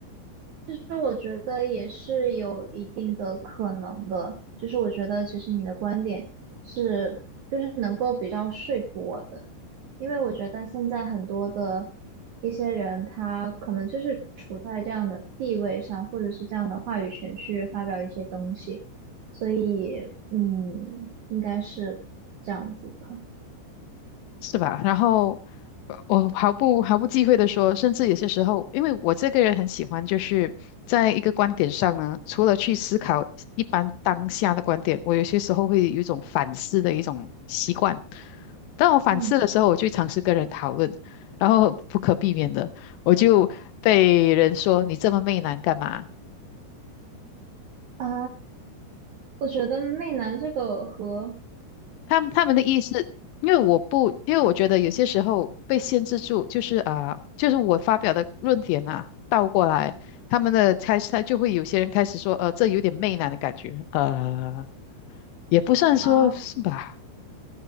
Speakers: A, on the right; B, on the left.
A: 那我觉得也是有一定的可能的，就是我觉得其实你的观点是，就是能够比较说服我的，因为我觉得现在很多的一些人，他可能就是处在这样的地位上，或者是这样的话语权去发表一些东西，所以嗯，应该是这样子的，
B: 是吧？然后呃我毫不毫不忌讳的说，甚至有些时候，因为我这个人很喜欢，就是在一个观点上呢，除了去思考一般当下的观点，我有些时候会有一种反思的一种习惯。当我反思的时候，
A: 嗯
B: 我就尝试跟人讨论，然后不可避免的，我就被人说你这么媚男干嘛？
A: 啊，我觉得媚男这个和
B: 他们他们的意思，因为我不，因为我觉得有些时候被限制住，就是啊、就是我发表的论点啊，倒过来，他们的开始，他就会有些人开始说，呃，这有点媚男的感觉，呃，也不算说是吧？
A: 啊。